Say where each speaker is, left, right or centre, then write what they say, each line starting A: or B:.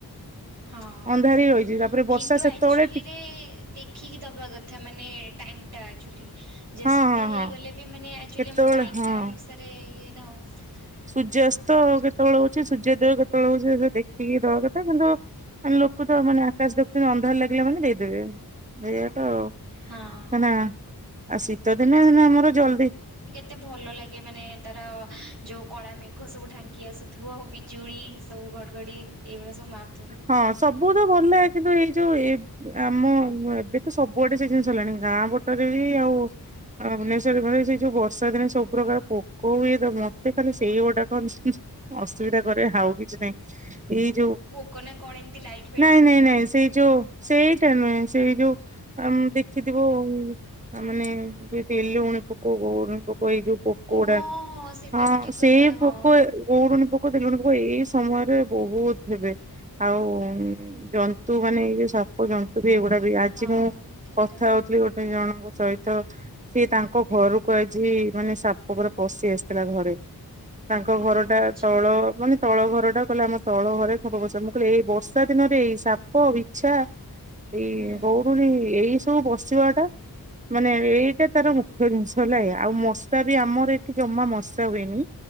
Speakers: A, on the right; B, on the right.
A: ହଁ
B: ଅନ୍ଧାରି ରହିଛି ତାପରେ ବର୍ଷା
A: କିନ୍ତୁ
B: ସେତେବେଳେ
A: ଆକ୍ଚୁଲିରେ
B: ଟି
A: ଦେଖ ଦେଖିକି ଦବା କଥା ମାନେ ଟାଇମ ଟା ଆକଚୁଲି ଯେ
B: ହଁ
A: ସନ୍ଧ୍ୟା
B: ହଁ
A: ହେଇଗଲେ
B: ହଁ
A: ବି ମାନେ ଆକ୍ଚୁଆଲି
B: କେତେବେଳେ
A: ଆମ ଟାଇମ୍ଟା
B: ହଁ।
A: ଅନୁସାରେ ଇଏ ନା ଆଉ
B: ସୂର୍ଯ୍ୟାସ୍ତ
A: ହଁ
B: କେତେବେଳେ ହଉଛି ସୂର୍ଯ୍ୟଦୟ କେତେବେଳେ ହଉଛି ସେ ଦେଖିକି ଦବା କଥା କିନ୍ତୁ ମାନେ ଲୋକ ତ ମାନେ ଆକାଶ ଦେଖୁଛନ୍ତି ଅନ୍ଧାର ଲାଗିଲା ମାନେ ଦେଇଦେବେ <unintelligible> ତ ଆଉ <unintelligible>
A: ହଁ।
B: ଆଉ ଶୀତ ଦିନେ ଆମର ଜଲଦି
A: ଏତେ ଭଲ ଲାଗେ ମାନେ ତାର ଯେଉଁ କଳା ମେଘ ସବୁ ଢାଙ୍କି ଆସୁଥିବ ଆଉ ବିଜୁଳି ସବୁ ଗଡ଼ଘଡ଼ି ଏବେ ସବ ମାର
B: ହଁ ସବୁ ତ ଭଲ୍ ଏ କିନ୍ତୁ ଏଇ। ଯୋଉ ଏ ଆମ ଏବେ ତ ସବୁଆଡେ ସେ ଜିନିଷ ହେଲାଣି ଗାଁ ପଟରେ ବି ଆଉ। ଅ ଭୁବନେଶ୍ୱର ମ ସେଇ ଯୋଉ ବର୍ଷା ଦିନେ ସବୁ ପ୍ର୍ରକାର ପୋକ ହୁଏ ତ ମତେ ଖାଲି ସେଇ ଗୋଟାକ। ଅସୁବିଧା କରେ ହାଉ କିଛି ନାଇଁ ଏଇ ଯୋଉ।
A: ଲୋକ ନା କଣ ଏମିତି ଲାଇଟି।
B: ନାଇଁ- ନାଇଁ -ନାଇଁ ସେଇ ଯୋଉ ସେଇଟା ନୁହେଁ ସେଇ ଯୋଉ। ଆମ୍ ଦେଖିଥିବ ମାନେ ତେଲୁଗୁଣି ପୋକ, ଗୋଉଡୁନି ପୋକ। ଓ ଏଇ ଯୋଉ ପୋକ ଗୁଡା
A: ହଁ ସେଟା
B: ହଁ
A: ବି ଠିକ କଥା
B: ସେଇ
A: ହଁ।
B: ପୋକ। ଗୋଉଡୁନି ପୋକ, ତେଲୁଣି ପୋକ ଏଇ ସମୟରେ ବହୁତୁ ହେବେ। ଆଉ ଜନ୍ତୁ ମାନେ ଏଇ ସା ଜନ୍ତୁ ବି ଏଇଗୁଡା ବି ଆଜି
A: ହଁ
B: ମୁଁ
A: ଠିଟା
B: କଥା ହଉଥିଲି ଗୋଟେ ଜଣଙ୍କ ସହିତ। ସିଏ ତାଙ୍କ ଘରକୁ ଆଜି ମାନେ ସାପ ଉପରେ ପଶି ଆସିଥିଲା ଘରେ। ତାଙ୍କ ଘର
A: ଓହୋ
B: ଟା
A: ଆଚ୍ଛା
B: ତଳ ମାନେ ତଳ ଘର ଟା କହିଲେ ଆମ ତଳ ଘରେ। <inaudible> ମୁଁ କହିଲି ଏଇ ବର୍ଷା ଦିନରେ ଏଇ ସାପ, ବିଛା ଏଇ
A: ହୁଁ
B: ଗଉଡୁଣି। ଏଇ ସବୁ ବସିବା ଟା। ମାନେ ଏଇଟା ତାର ମୁଖ୍ୟ ଜିନିଷ ହେଲା ଏୟା ଆଉ ମଶା ବି ଆମର ଏଠି ଜମା ମଶା ହୁଏନି।